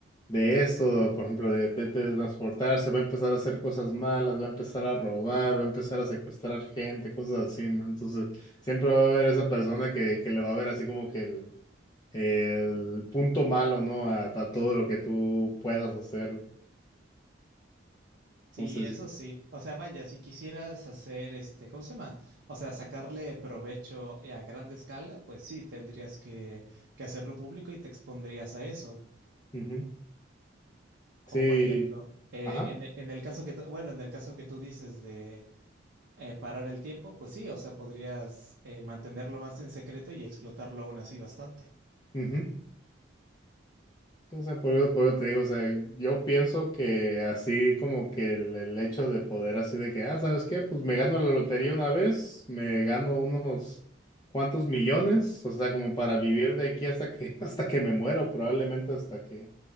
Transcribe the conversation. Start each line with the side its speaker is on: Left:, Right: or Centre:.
Left: de esto, o, por ejemplo, de, de transportarse, va a empezar a hacer cosas malas, va a empezar a robar, va a empezar a secuestrar gente, cosas así, ¿no? Entonces, siempre va a haber esa persona que, que le va a ver así como que el el punto malo, ¿no? A, a todo lo que tú puedas hacer.
Right: Sí,
Left: Entonces,
Right: eso
Left: yo-
Right: sí. O sea, vaya, si quisieras hacer este, ¿cómo se llama? O sea, sacarle provecho eh, a grande escala, pues sí, tendrías que, que hacerlo público y te expondrías a eso.
Left: ujú.
Right: O
Left: Sí,
Right: por ejemplo, eh,
Left: ajá.
Right: en, e- en el caso que, tú- bueno, en el caso que tú dices de eh, parar el tiempo, pues sí, o sea, podrías eh, mantenerlo más en secreto y explotarlo aún así bastante.
Left: ujú. O sea, por eso, por eso te digo, o sea, yo pienso que así como que el, el hecho de poder así de que, ah, ¿sabes qué? Pues me gano la lotería una vez, me gano unos cuantos millones, o sea, como para vivir de aquí hasta que, <laughs> hasta que me muera, o probablemente hasta que,